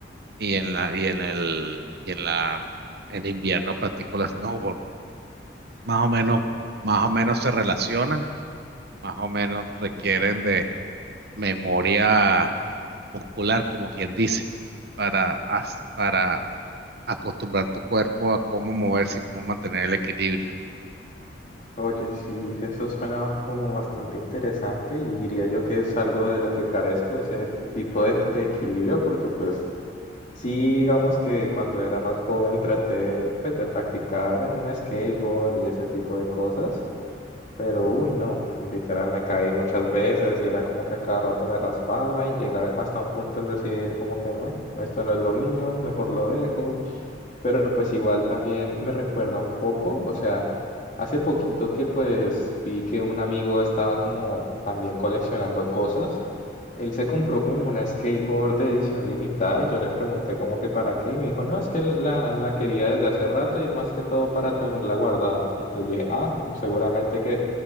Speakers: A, on the right; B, on the left.
A: y en la, y en el, y en la en invierno practico las snowboard. más o menos, más o menos se relacionan, más o menos requieren de memoria muscular, como quien dice, para, as- para acostumbrar tu cuerpo a cómo moverse y cómo mantener el equilibrio.
B: Oye, sí, eso suena como bastante interesante y diría yo que es algo de lo que carezco, ese tipo de, de equilibrio, porque pues sí, digamos que cuando era más joven traté pues de practicar en un skateboard y ese tipo de cosas, Pero, uy, no, literal me caí muchas veces y era como que a cada rato me raspaba y llega hasta un punto en decir como que, "Meh, esto no es lo mío, mejor lo dejo pero pues igual también me recuerda un poco, o sea, hace poquito que pues vi que un amigo estaba como también coleccionando cosas, él se compró como una skateboard de edición limitada y yo le pregunté como que para qué y me dijo, no, es que la, la quería desde hace rato y es más que todo para tenerla guardada. Y entonces yo dije, ah, seguramente que